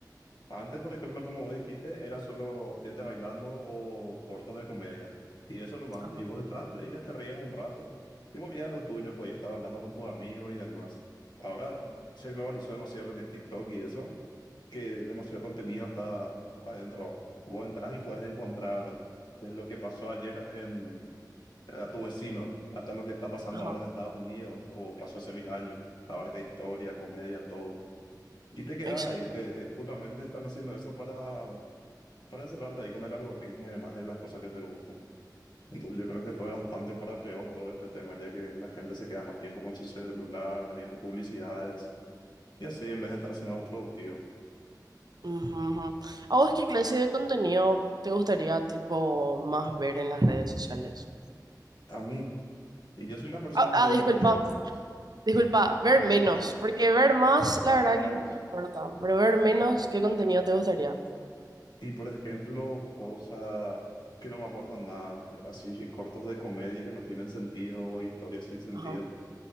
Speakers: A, on the left; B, on the right.
A: Antes, por ejemplo, como vos dijiste, era solo gente bailando o cortos de comedia. Y eso nomás.
B: Ajá,
A: Y vos detrás veías, te reías un rato y volvías a lo tuyo, podías estar hablando con tus amigos y demás. Ahora se globalizó demasiado lo que es TikTok y eso, que demasiado contenido está adentro. Vos entras y puedes encontrar desde lo que pasó ayer en, a tu vecino hasta lo que está pasando
B: ajá.
A: ahora en Estados Unidos o pasó hace mil años. Abarca historia, comedia, todo. Y te quedas
B: Exacto.
A: ahí, te, eh, justamente están haciendo eso para, para encerrarte ahí con el algoritmo y demás de las cosas que te gustan. Entonces yo creo que fue bastante para peor todo este tema, ya que la gente se queda más tiempo con su celular, viendo publicidades y así en vez de estar haciendo algo productivo.
B: Ujú, ujú. ¿A vos qué clase de contenido te gustaría, tipo, más ver en las redes sociales?
A: A mí, y yo soy una persona
B: Ah,
A: que le
B: ah,
A: gustan
B: disculpa,
A: mucho los juegos.
B: disculpa, ver
A: Mm,
B: menos,
A: te escucho.
B: porque ver más, la
A: A
B: verdad
A: ver, menos.
B: que no me importa, pero ver menos, ¿qué contenido te gustaría?
A: Y por ejemplo, cosas que no me aportan nada, así cortos de comedia que no tienen sentido, o historias sin sentido.
B: Ajá.